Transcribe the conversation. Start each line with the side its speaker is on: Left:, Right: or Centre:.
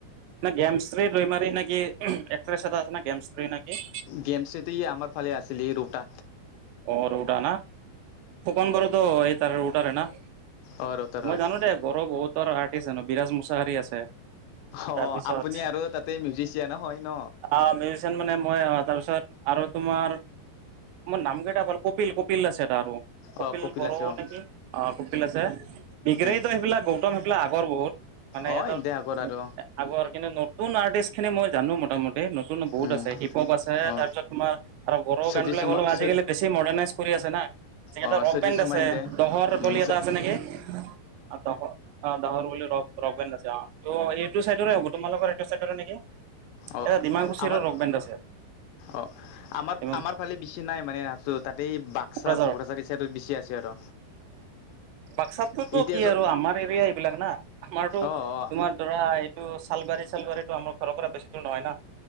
Right: নে গেমশ্ৰী, দৈমাৰী নেকি এক্ট্ৰেছ এটা আছে নে গেমশ্ৰী নেকি?
Left: গেমশ্ৰীটো আমাৰ ফালে আছিলে এই ৰৌওটা।
Right: অ ৰৌউটা না ফুকন বাড়োতো এই তাৰে ৰৌওটাৰে না।
Left: অঁ ৰোটাত
Right: মই
Left: হয়
Right: জানো দেই বড়োৰ বহুতৰ আৰ্টিষ্ট জানো বিৰাজ মছাহাৰী আছে।
Left: অ
Right: তাৰপিছত
Left: আপুনি আৰু তাতে মিউজিচিয়ানে, হয় ন।
Right: অ মিছ মানে মই আহ তাৰপিছত আৰু তোমাৰ মোৰ নামেই কপিল কপিল, আছে তাৰ আৰু কপিল
Left: অঁ
Right: বড়ো,
Left: আছে অঁ
Right: নেকি অ কপিল আছে। ডিগ্ৰীতো
Left: উম
Right: সেইবিলাক গৌতম সেইবিলাক আগৰ বহুত মানে
Left: অ
Right: ইহঁতৰ
Left: এন্তে আগৰ আৰু
Right: আগৰ কিন্তু নতুন আৰ্টিষ্ট খিনি মই জানো মোটামুটি। ন বহুত
Left: উম
Right: আছে হিপ হপ আছোৰ
Left: অ
Right: পিছত তোমাৰ আৰু বড়ো
Left: চজি
Right: গান বিলাক
Left: চুমা
Right: অলপ আজিকালি।
Left: চ
Right: মডাৰাইজ কৰি আছে না।
Left: অ
Right: ৰ
Left: চজি
Right: বেণ্ড
Left: চুমা
Right: আছে
Left: এন্তে
Right: দহৰ
Left: উম
Right: বুলি এটা আছে নেকি? অ দহৰ অ দহৰ বুলিও ৰ ৰক বেণ্ড আছে অ ত এইটো চাইডৰে হ'ব তোমালোকৰ সেইটো চৰাইবোৰো নেকি?
Left: অ
Right: এটা ডিমাকুচিৰো
Left: আমাৰ
Right: ৰক বেণ্ড আছে
Left: অ আমাৰ
Right: ডিমা
Left: আমাৰ ফালে বেছি নাই মানে আছে তাতেই বাক্সা
Right: কোকৰাঝাৰত
Left: কোকৰাঝাৰ, সেই চাইডত বেছি আছে আৰু
Right: বাক্সাততো
Left: এতিয়া
Right: কি
Left: য
Right: আৰু আমাৰ এৰিয়া এইবিলাক না আমাৰতো
Left: অ অ
Right: তোমাৰ ধৰা। এইটো চালবাৰী, চালবাৰী টো আমাৰ ঘৰৰ পৰা বছি দূৰ নহয় না।